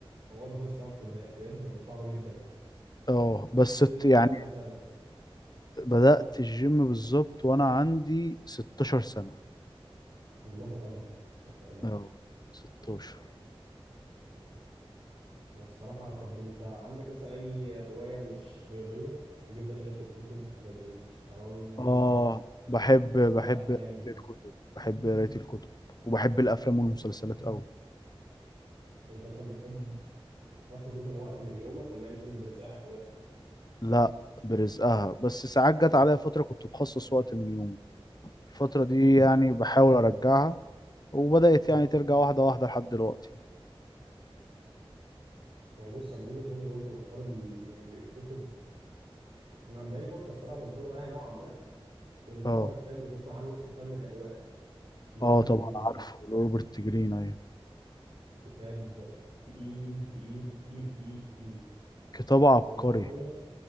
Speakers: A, on the right; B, on the left.
A: هو المسلسل الصراحه في بداية- في بدايته كان بيبقى صعب جدا
B: اه بس
A: انت الجيم
B: ات- يعني
A: عندك كام سنه مثلا
B: بدأت الجيم بالظبط وانا عندي 16 سنة
A: الله اكبر ما شاء الله
B: اه 16
A: ما شاء الله انا الصراحه طب انت عندك مثلا اي هوايه مش رياضيه حاجه زي قرايه الكتب حاجه زي شطرنج
B: اه بحب
A: تتفرج
B: بحب
A: على افلام
B: قراية الكتب بحب قراية الكتب وبحب الافلام والمسلسلات قوي
A: انت مثلا بتحب تخصص مثلا وقت من يومك ولا هي مثلا برزقها كده
B: لا برزقها بس ساعات جت عليا فترة كنت بخصص وقت من يومي الفترة دي يعني بحاول ارجعها وبدأت
A: مم.
B: يعني ترجع واحدة واحدة لحد دلوقتي
A: هو بص انا من وجهه نظري برضو حوار ال- يعني الكتب انا بقالي فتره الصراحه منتظم معايا نوعا ما كنت
B: اه
A: بقرا كتاب لو تسمع عنه اسمه فن الاغواء لروبرت
B: اه طبعا
A: جرين
B: عارفه روبرت جرين ايوه
A: كتاب تقيل تقيل تقيل تقيل تقيل
B: كتاب عبقري
A: هو حرفيا